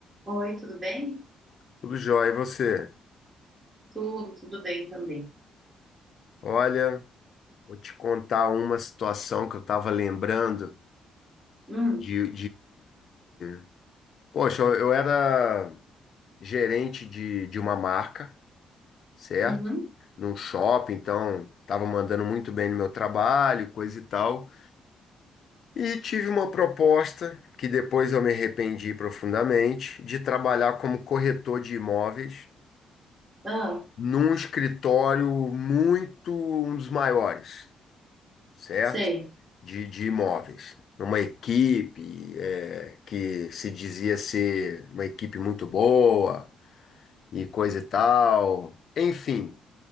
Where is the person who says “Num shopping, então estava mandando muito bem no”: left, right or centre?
Left